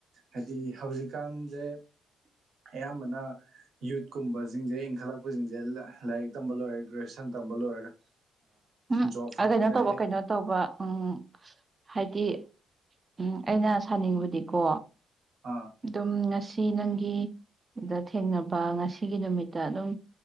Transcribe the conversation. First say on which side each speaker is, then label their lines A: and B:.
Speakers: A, on the right (about 50°); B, on the right (about 20°).
A: ꯍꯥꯏꯗꯤ ꯍꯧꯖꯤꯛꯀꯥꯟꯁꯦ ꯑꯌꯥꯝꯕꯅ ꯌꯨꯠꯀꯨꯝꯕꯁꯤꯡꯁꯦ ꯏꯟꯈꯠꯂꯛꯄꯁꯤꯡꯁꯦ ꯂꯥꯏꯔꯤꯛ ꯇꯝꯕ ꯂꯣꯏꯔꯦ ꯒ꯭ꯔꯦꯖꯨꯌꯦꯁꯟ ꯇꯝꯕ ꯂꯣꯏꯔꯒ
B: ꯎꯝ
A: ꯖꯣꯕ
B: ꯀꯩꯅꯣ
A: ꯐꯪꯗ꯭ꯔꯦ
B: ꯇꯧꯕ ꯀꯩꯅꯣ ꯇꯧꯕ ꯎꯝ ꯍꯥꯏꯗꯤ ꯎꯝ ꯑꯩꯅ ꯁꯥꯅꯤꯡꯕꯗꯤꯀꯣ
A: ꯑꯥ
B: ꯑꯗꯨꯝ ꯁꯤ ꯅꯪꯒꯤꯗ ꯊꯦꯡꯅꯕ ꯉꯁꯤꯒꯤ ꯅꯨꯃꯤꯠꯇ ꯑꯗꯨꯝ